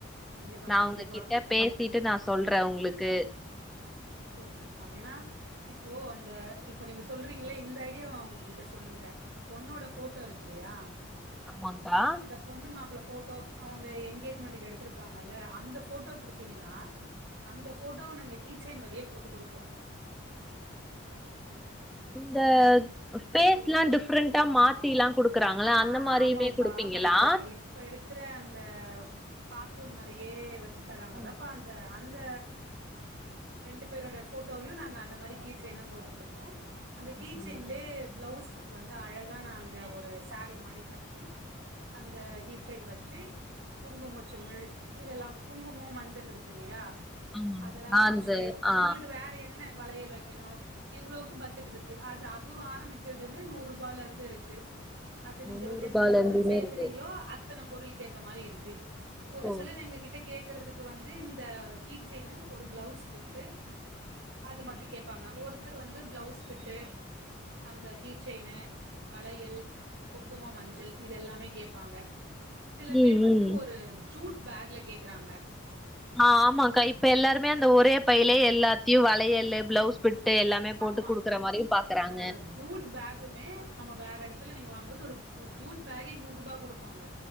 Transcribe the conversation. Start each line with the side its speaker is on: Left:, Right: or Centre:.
Right: கண்டிப்பா
Centre: நான்
Right: கண்டிப்பா
Centre: அவங்ககிட்ட பேசிட்டு நான் சொல்றன் உங்களுக்கு
Right: சூப்பர் பா ஏனா இப்போ அந்த இப்போ நீங்க சொல்றீங்கள இந்த ஐடியாவ அவுங்க கிட்ட சொல்லுங்க அந்த பொண்ணோட போட்டோ இருக்குல்லையா
Centre: ஆமாகா
Right: பொண்ணு மாப்ல போட்டோ அவங்க என்கேஜ்மெண்ட்க்கு எடுத்திருப்பாங்கல்ல அந்த போட்டோ குடுத்தீங்கன்னா அந்த போட்டோவ நாங்க கீச்சைன் மாரியே போட்டு கொடுப்போம்
Centre: இந்த பேஸ் லா டிஃப்ரெண்டா மாத்திலாம் குடுப் குடுக்குறாங்களா
Right: ஆ
Centre: அந்த மாரியுமே
Right: ஆமாம்ப்பா
Centre: குடுப்பீங்களா
Right: ஆமாம்ப்பா இப்ப இருக்கிற அந்த கார்டூன் மாரியே வச்சு தராங்களப்பா
Centre: ம்
Right: இந்த அந்த ரெண்டு பேருடைய போட்டோயும் நாங்க அந்த மாரி கீ செய்யினா போட்டு கொடுப்போம் அந்த கீ
Centre: அப்டிங்களா
Right: செயின்லயே ப்ளௌசு பிட் வந்து அழகா நாங்க ஒரு சாரி மாரி கட்டி அந்தக் கீ செயின் வெச்சு குங்குமச்சிமிழ் இதெல்லாம் குங்குமொ மஞ்சள் இருக்கு இல்லையா
Centre: ஆமாங்க
Right: அதெல்லாம்
Centre: நான்
Right: வச்சு
Centre: அந்த ஆ
Right: உங்ளுக்கு வேற என்ன வளையல் வெக்கணு இவ்வளொக்கு பட்ஜெட் இருக்கு அது அதுவும் ஆரம்பிக்கிறதுமே நூறு ரூபாயல இருந்து இருக்கு அது நீங்க
Centre: நூறுபால
Right: எத்தன பொருள்
Centre: இருந்துமே
Right: சேர்க்கறீங்களோ
Centre: இருக்கு
Right: அத் த்தன பொருள்கு ஏத்த மாரி இருக்கு ஒரு
Centre: ஓ
Right: சிலது எங்க கிட்ட கேக்குறதுக்கு வந்து இந்த கீச்செய்னு ஒரு ப்ளௌவுஸ் பிட்டு அது மட்டும் கேப்பாங்க ஒருத்தர் வந்து ப்ளௌவுஸ் பிட்டு அந்த கீ செயினு வளயல் குங்குமோ மஞ்சள் இதெல்லாமே கேப்பாங்க சில பேர்
Centre: ம்
Right: வந்து
Centre: ம்
Right: ஒரு ஜூட் பேக்ல கேக்குறாங்க
Centre: ஆ ஆமாக்கா இப்ப எல்லாருமே அந்த ஒரே பையிலே எல்லாத்தையும் வளையல் ப்ளௌவுஸ் வபிட்டு எல்லா மே போட்டு
Right: ஆமா
Centre: குடுக்குற மாரி பாக்குறாங்க
Right: இந்த ஜூட் பேக்குமே நம்ம வேற இடத்துல நீங்க வாங்கும்மோது ஒரு ஒரு ஜூட் பேக்கே நூறு ரூபாய் குடுப்பாங்க